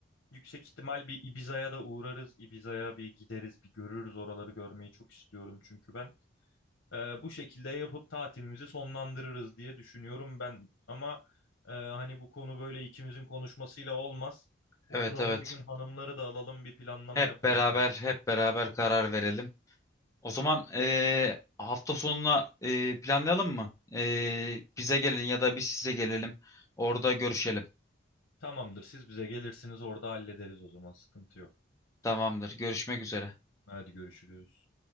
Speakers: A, on the left; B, on the left.
A: yüksek ihtimal bir Ibiza'ya da uğrarız. Ibiza'ya bir gideriz, bir görürüz oraları görmeyi çok istiyorum çünkü ben. Ee, bu şekilde yapıp tatilimizi sonlandırırız diye düşünüyorum ben. Ama e, hani bu konu böyle ikimizin konuşmasıyla olmaz. Oturalım
B: Evet evet.
A: bir gün hanımları da alalım bir planlama
B: Hep
A: yapalım.
B: beraber
A: yani.
B: hep beraber karar verelim. O zaman eee, hafta sonuna eee, planlayalım mı? Eee, bize gelin ya da biz size gelelim. Orada görüşelim.
A: Tamamdır, siz bize gelirsiniz orada hallederiz o zaman sıkıntı yok.
B: Tamamdır. Görüşmek üzere.
A: Hadi görüşürüz.